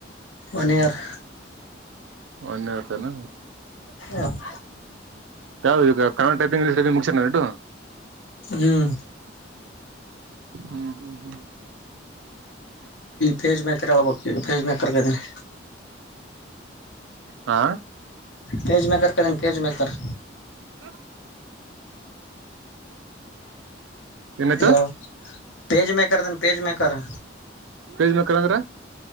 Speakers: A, on the left; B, on the right.
A: ಒನ್ ಇಯರ್
B: ಒನ ಇಯರತನಾ
A: ಹ್ಮ <inaudible>
B: ಯಾವದು ಈಗ ಕನ್ನಡ ಟೈಪಿಂಗ್ ಮುಗ್ಸನು ಇದು.
A: ಹ್ಮ್,
B: ಹ್ಮ್, ಹ್ಮ್
A: ಪೇಜ್ ಮೇಕರ್ ಹೇಳ್ಬೇಕು. ಪೇಜ್ ಮೇಕರ್ಗೆ ಇದನಿ
B: ಹಾ,
A: ಪೇಜ ಮೇಕರ್ ಕಂಿ <unintelligible> ಪೇಜ ಮೇಕರ್
B: ಹ <unintelligible> ಏನಾಯ್ತು
A: ಹಲೋ, ಪೇಜ್ ಮೇಕರ್ ಅದನ ಪೇಜ್ ಮೇಕರ್,
B: ಪೇಜ್ ಮೇಕರಅಂದ್ರ